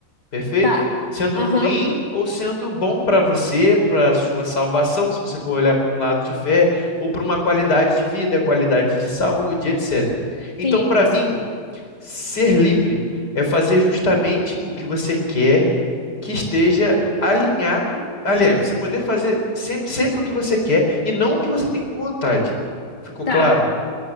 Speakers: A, on the left (about 90°); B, on the left (about 25°).
A: Perfeito?
B: Tá.
A: Sendo
B: Aham.
A: ruim ou sendo bom para você, para sua salvação, se você for olhar para um lado de fé, ou para uma qualidade de vida, qualidade de saúde, etc. Então,
B: Sim,
A: para mim,
B: sim.
A: ser livre é fazer justamente o que você quer que esteja alinhado. Aliás, você poder fazer sempre, sempre o que você quer e não o que você tem com vontade. Ficou
B: Tá.
A: claro?